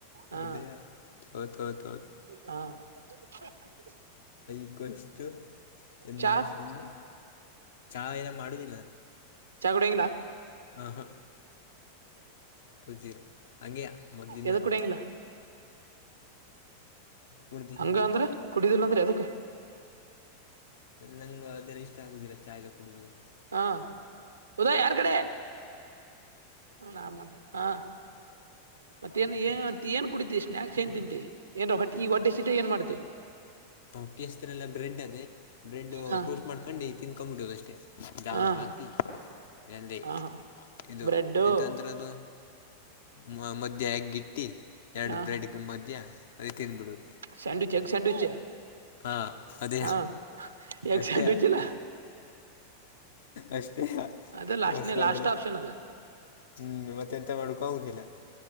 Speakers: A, on the right; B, on the left.
A: ಹಾ
B: ಅದೇ ಹೋತು ಹೋತು
A: ಹಾ. <unintelligible>
B: ಐಕ್ವೆಷ್ಟು ಎನ್
A: ಚಾ
B: ಮೈನಸ್ ಒಂದು. ಚಾಯ ಎಲ್ಲ ಮಾಡುದಿಲ್ಲ.
A: ಚಾಗುಡಂಗಿಲ್ಲ.
B: ಆ ಹಾ. ಟು ಜೀರೋ ಹಾಗೇ ಮೊದ್ಲಿಂದಲೇ.
A: ಎದಕ್ ಕುಡಿಯಂಗಿಲ್ಲ
B: ಕುಡ್ದು
A: ಹಂಗ ಅಂದ್ರ. ಕುಡಿದಿಲ್ಲಂದ್ರೆ ಏದಕ್ಕ.
B: ನಂಗ ಅದೇಲ್ಲ ಇಷ್ಟ ಆಗುದಿಲ್ಲ ಚಾಯ್ ಎಲ್ಲಾ ಕುೂಡುದು.
A: ಹಾ ಉದಯ ಯಾರ್ ಕಡೆ. ಹ ಅಮ್ಯಾಕ್ ಹಾ. ಮತ್ತ ಏನ್ ಏ ಏನ್ ಕುಡಿತತಿ ಸ್ನಾಯಕ್ಸ್ ಏನ್ ತಿಂತಿ ಏನ್ ಹೊಟ್ಟ ಈಗ ಹೊಟಿ ಹಸಿತ್ ಏನ್ ಮಾಡ್ತತಿ.
B: ಹೊಟ್ಟೆ ಹಸಿದ್ರಲ್ಲ ಬ್ರೆಡ್ ಅದೇ ಬ್ರೆಡ್
A: ಹಾ
B: ಟೋಸ್ಟ್ ಮಾಡ್ಕೊಂಡು ತಿನ್ಕೊಂಡ್ಬಿಟ್ಟದ ಅಷ್ಟೇ. ಜಾಮ್
A: ಹಾ
B: ಹಾಕಿ ಎಂದೆ
A: ಹಾ
B: ಇದು
A: ಬ್ರೆಡ್ಡು
B: ಎಂತ್ರ ಅಂತ್ರಾದು. ಮ ಮಧ್ಯ ಎಗ್ಗ ಇಟ್ಟಿ ಎರಡು
A: ಹಾ
B: ಬ್ರೆಡ್ಗೆ ಮಧ್ಯ ಅದೇ ತಿಂಡ್ಬಿಡಿಡು.
A: Sandwich egg. ಸ್ಯಾಂಡವಿಚ್
B: ಹಾಂ ಅದೇ
A: ಹ ಎಗ್
B: ಅಷ್ಟೇ
A: ಸ್ಯಾಂಡ್ವಿಚ್ ಅಲಾ.
B: ಅಷ್ಟೇ
A: ಅದ ಲಾಸ್ಟ್ನೇ
B: ಹೊಸ ಆದ್ರೆ
A: ಲಾಸ್ಟ್ ಆಪ್ಷನ್ ಅದ
B: ಹ್ಮ್ ಮತ್ತ. ಎಂತ ಮಾಡ್ಕ ಆಗುದಿಲ್ಲ.